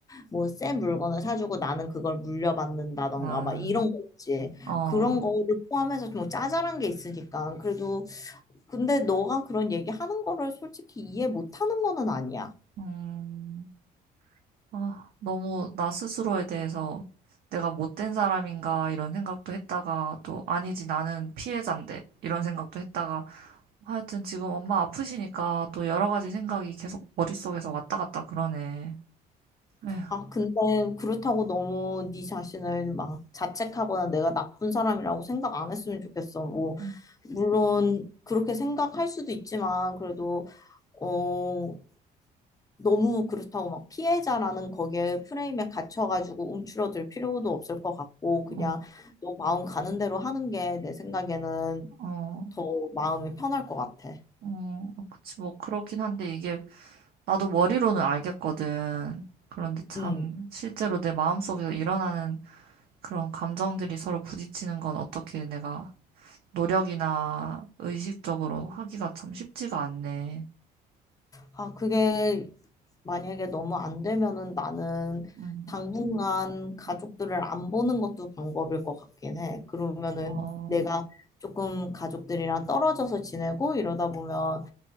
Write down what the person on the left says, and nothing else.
뭐뭐새 물건을 사주고 나는 그걸 물려받는다던가
막 이런 거 있지.
그런 거를 포함해서 좀 짜잘한 게 있으니까 그래도 근데 너가 그런 얘기 하는 거를 솔직히 이해 못 하는 거는 아니야.
아, 근데 그렇다고 너무 네 자신을 막 자책하거나 내가 나쁜 사람이라고 생각 안 했으면 좋겠어. 뭐,
물론 그렇게 생각할 수도 있지만 그래도 어 너무 그렇다고 막 피해자라는 거기에 프레임에 갇혀가지고 움츠러들 필요도 없을 것 같고 그냥
너 마음 가는 대로 하는 게 내 생각에는
더 마음이 편할 것 같아.
음.
아, 그게 만약에 너무 안 되면은 나는
당분간 가족들을
안 보는 것도 방법일 것 같긴 해. 그러면은
내가 조금 가족들이랑 떨어져서 지내고 이러다 보면,